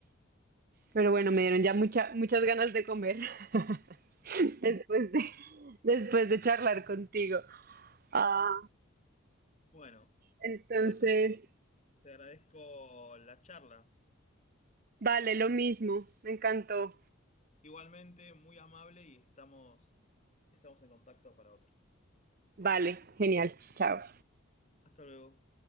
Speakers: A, on the right; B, on the left.
A: Pero bueno, me dieron ya mucha, muchas ganas de comer <laughs> después de, después de charlar contigo. Ah,
B: Bueno,
A: entonces,
B: eh, quiero, te agradezco la charla.
A: vale, lo mismo. Me encantó.
B: Igualmente, muy amable y estamos, estamos en contacto para otro.
A: Vale, genial. Chao.
B: Hasta luego.